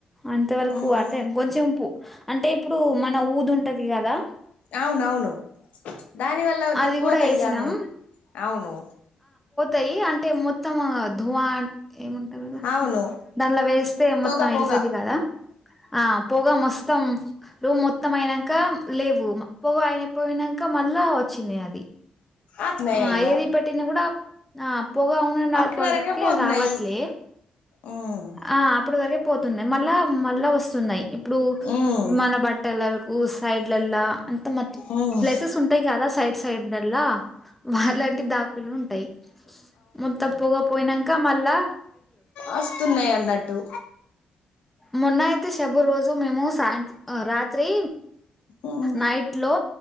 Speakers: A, in the centre; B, on the left.
A: అంతవరకు
B: ఉహు
A: అటేండి కొంచెం ప అంటే ఇప్పుడు మన ఊదు ఉంటది కదా
B: అవునవును దాని వల్ల
A: అది
B: దబ్ పోతాయి
A: కూడా వేసినాం
B: దాని అవును
A: ాయి అంటే మొత్తం గ్వాన్ ఏమంటారుది
B: అవును
A: దానిలా వేస్తే మొత్తం
B: పోగా
A: వెళ్తేది
B: పోగా
A: కదా ఆ పొగా మొస్తం రూం మొత్తం అయినంక లేవ్వు పొగ ఆగి పోయినంక మళ్ లో వచ్చినయి అది
B: అట్నే
A: ఆ
B: ఇగ
A: ఏది పెట్టినా కూడా ఆ పొగ <unintelligible>
B: అప్పటి
A: ప్పటికే
B: వరకే పోతున్నాయి
A: రావట్లే
B: ఉమ్
A: ఆ అప్పటి వరకే పోతుండే మళ్ళా మళ్ళా వస్ తున్నై ఇప్పుడు
B: ఉమ్
A: మన బట్టలరుకు పూ సై పిల్లల్లా అంత మొత్
B: ఉమ్
A: ప్లేసెస్ ఉంటాయి కదా సై సైడ్ డర్లా వాళ్లంటి దాకులు ఉంటాయి మత్తప్పగా పోయినం క మల్లా
B: అస్తున్నాయి అన్నట్టు
A: మొన్న అయితే శబ రోజూ మేము సాయంత్ రాత్రి
B: ఉమ్
A: నైట్ లో